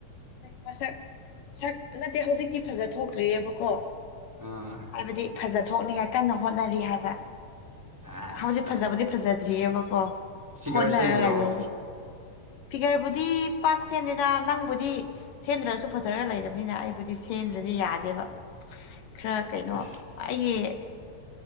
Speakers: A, on the left (about 70°); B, in the centre.
A: ꯃꯁꯛ ꯁꯛ ꯅꯠꯇꯦ ꯍꯧꯖꯤꯛꯇꯤ ꯐꯖ ꯊꯣꯛ ꯇ꯭ꯔꯤꯑꯕꯀꯣ
B: ꯑꯥ
A: ꯍꯥꯏꯕꯗꯤ ꯐꯖ ꯊꯣꯛꯅꯤꯡꯉꯥꯏ ꯀꯟꯅ ꯍꯣꯠꯅꯔꯤ ꯍꯥꯏꯕ
B: ꯑꯥꯏꯁ
A: ꯍꯧꯖꯤꯛ ꯐꯖꯕꯨꯗꯤ ꯐꯖꯗ꯭ꯔꯤꯑꯕꯀꯣ
B: ꯐꯤꯒꯔ
A: ꯍꯣꯠꯅꯔꯒ
B: ꯁꯦꯝꯃꯤꯔꯣ
A: ꯂꯩ ꯐꯤꯒꯔꯕꯨꯗꯤ ꯄꯥꯛꯁꯦ ꯗꯥ ꯅꯪꯕꯨꯗꯤ ꯁꯦꯝꯗ꯭ꯔꯁꯨ ꯐꯖꯔ ꯂꯩꯔꯕꯅꯤꯅ ꯑꯩꯕꯨꯗꯤ ꯁꯦꯝꯗ꯭ꯔꯗꯤ ꯌꯥꯗꯦꯕ ꯈ꯭ꯔ ꯀꯩꯅꯣ
B: ꯑꯁ
A: ꯑꯩꯒꯤ